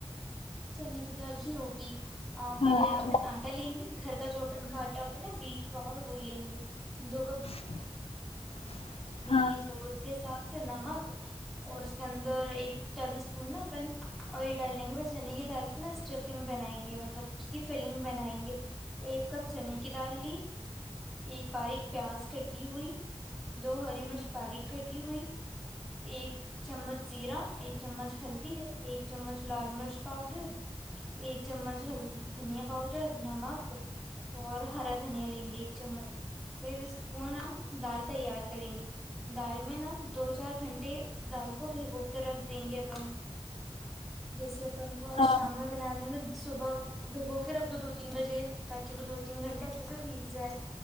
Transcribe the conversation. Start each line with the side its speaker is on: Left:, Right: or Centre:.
Centre: چنے کی دار کی روٹی
Left: ہاں
Centre: پہلے اپن آٹا لیں گے گھر کا جو اپن کا آٹا ہوتا ہے نا بیٹ فلاور وہی لیں گے دو کا
Left: <unintelligible>
Centre: اپنی
Left: ہاں
Centre: ضرورت کے حساب سے نمک اور اس کے اندر ایک ٹیبل نا اپن آئل ڈال لیں گے بس چنے کی دال کی نا اسٹرفنگ بنائیں گے مطلب اس کی فلنگ بنائیں گے ایک کپ چنے کی دال لی ایک باریک پیاز کٹی ہوئی دو ہری مرچ باریک کٹی ہوئی ایک چمچ زیرا ایک چمچ ہلدی ایک چمچ لال مرچ پاؤڈر ایک چمچ دھنیا پاؤڈر نمک اور ہرا دھنیا لیں گے ایک چمچ پھر اس کو نہ دال تیار کریں گے دال میں نا دو چار گھنٹے دال کو بھگو کر رکھ دیں گے اپن جیسے ان کو آج
Left: ہاں
Centre: شام میں بنانے لگ صبح بھگو کے رکھ دو دو تین بجے تاکہ وہ دو تین گھنٹے اچھے سے بھیگ جائے